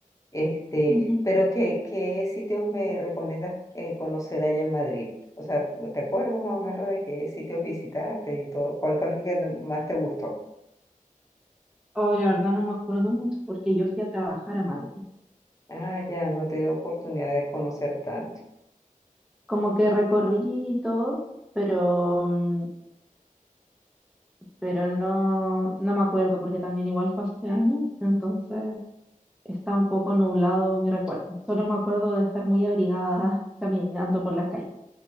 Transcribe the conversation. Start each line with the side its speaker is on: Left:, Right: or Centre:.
Left: Este,
Centre: Ujú.
Left: pero ¿qué, qué sitios me recomiendas eh, conocer allá en Madrid? O sea, ¿te acuerdas más o menos de qué sitios visitaste y todo? ¿Cuál fue el que más te gustó?
Centre: Oh, la verdad no me acuerdo mucho porque yo fui a trabajar a Madrid.
Left: Ah, ya, no te dio oportunidad de conocer tanto.
Centre: como que recorrí y todo, pero, mm, pero no, no me acuerdo porque también igual fue hace años, entonces está un poco nublado mi recuerdo. Solo me acuerdo de estar muy abrigada <laughs> caminando por las calles.